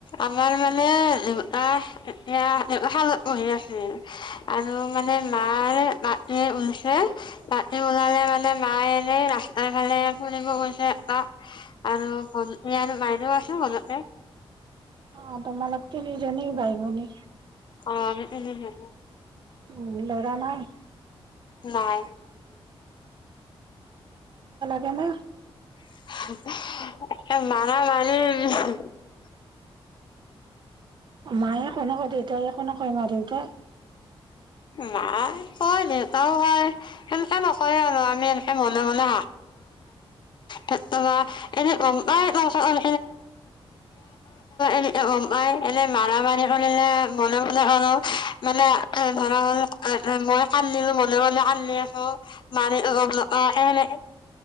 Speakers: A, on the left (about 55°); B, on the right (about 50°).
A: আমাৰ মানে <unintelligible> <unintelligible> আৰু মানে মাৰ মাটি ওলছে মাটি ওলালে মানে মায়ে এনেই ৰাস্তাৰ ফালে ফুৰিব গৈছে, অ', আৰু <inaudible> আৰু <unintelligible>
B: অ', তোমালোক তিনিজনী বাই ভনী।
A: অ', আমি তিনিজনী।
B: উম, ল'ৰা নাই?
A: নাই।
B: কেনে
A: এ <unintelligible>
B: মায়ে একো নকয়, দেউতাই একো নকয় মা দেউতাই?
A: মাই কয় দেউতাও কয় সেনেকে নকয় আৰু আমি এনেকে মনে মনে <unintelligible> <unintelligible> এনে গম পাই কমচে কম <unintelligible> <unintelligible> এনে মাৰা মাৰি কৰিলে মনে মনে কৰো মানে
B: <inaudible>
A: ধৰা হ'ল মই কান্দিলে মনে মনে কান্দি থাকো, মাঁ তেতিয়া গম নাপাই <unintelligible>